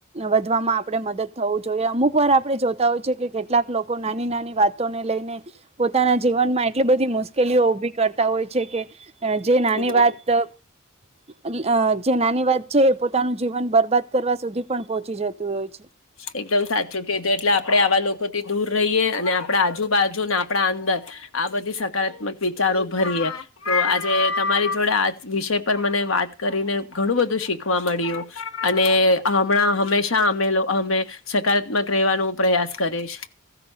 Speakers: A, on the right (about 30°); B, on the left (about 75°).
A: વધવામાં આપણે મદદ થવું જોઈએ અમુક વાર આપણે જોતા હોય છે કે કેટલાક લોકો, નાની નાની વાતોને લઈને પોતાના જીવનમા એટલી બધી મુશ્કેલીઓ ઉઊભી કરતા હોય, છે કે જે નાની
B: હમ
A: વાત આ. જે નાની વાત છે, એ પોતાનું જીવન બરબાદ કરવા સુધી પણ પહોંચી જતું, હોય છે.
B: એકદમ સાચું ક હતું, એટલે આપણે આવા લોકોથી દૂર રહીએ અને આપણા આજુબાજુને આપણા અંદર, આ બધી સકારાત્મક વિચારો ભરીએ, તો આજે તમારી જોડે આ વિષય પર મને વાત કરીને ઘણું બધું શીખવા મળ્યું, અને હમણા હંમેશા, અમેલો. અમે સકારાત્મક, રહેવાનું હું, પ્રયાસ કરીશ.